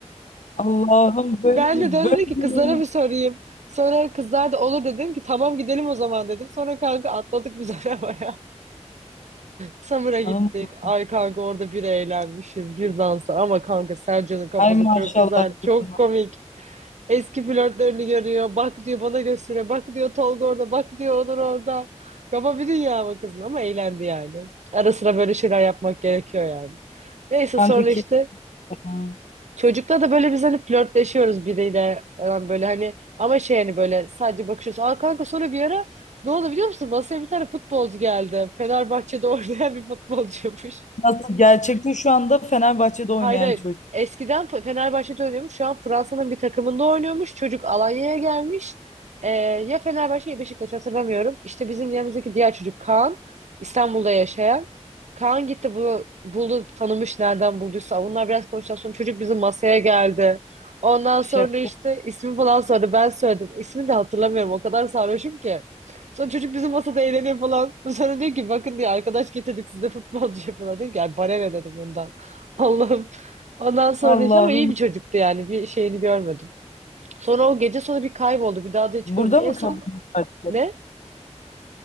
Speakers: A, on the left (about 80°); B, on the right (about 70°).
A: Allah'ım böyle
B: Ben de döndüm
A: böyle.
B: ki kızlara bir sorayım. Sonra kızlar da olur dedim ki tamam gidelim o zaman dedim. Sonra kanka atladık biz <laughs> arabaya. Samur'a gittik.
A: Allah'ım.
B: Ay kanka orada bir eğlenmişiz bir dansa. Ama kanka Sercan'ın kafası
A: Ay maşallah
B: çok güzel. Çok
A: kızıma.
B: komik. Eski flörtlerini görüyor. Bak diyor bana göstere. Bak diyor Tolga orada. Bak diyor Onur orada. Kafa bir dünya mı kızın ama eğlendi yani. Ara sıra böyle şeyler yapmak gerekiyor yani. Neyse
A: Kanka
B: sonra işte
A: kesin.
B: Çocukla da böyle biz hani flörtleşiyoruz biriyle falan böyle hani ama şey hani böyle sadece bakışıyoruz. Aa kanka sonra bir ara ne oldu biliyor musun? Masaya bir tane futbolcu geldi. Fenerbahçe'de <laughs> oynayan bir futbolcuymuş.
A: Nasıl gerçekte şu anda Fenerbahçe'de oynayan
B: Hayır hayır.
A: çocuk.
B: Eskiden Fe- Fenerbahçe'de oynuyormuş. Şu an Fransa'nın bir takımında oynuyormuş. Çocuk Alanya'ya gelmiş. Ee, ya Fenerbahçe ya Beşiktaş hatırlamıyorum. İşte bizim yanımızdaki diğer çocuk Kaan. İstanbul'da yaşayan. Kaan gitti bunu buldu tanımış nereden bulduysa. Bunlar biraz konuştuktan sonra çocuk bizim masaya geldi. Ondan
A: Şaka.
B: sonra işte ismi falan sordu. Ben söyledim. İsmini de hatırlamıyorum. O kadar sarhoşum ki. Sonra çocuk bizim masada eğleniyor falan. Sonra diyor ki bakın diyor arkadaş getirdik size futbolcu yapıyorlar. Diyor ki "Ay, bana ne dedim ondan. Allah'ım. Ondan sonra
A: Allah'ım.
B: işte ama iyi bir çocuktu yani. Bir şeyini görmedim. Sonra o gece sonra bir kayboldu. Bir daha da hiç
A: Burada
B: görmedim.
A: mı
B: En son
A: kalıyormuş artık?
B: ne?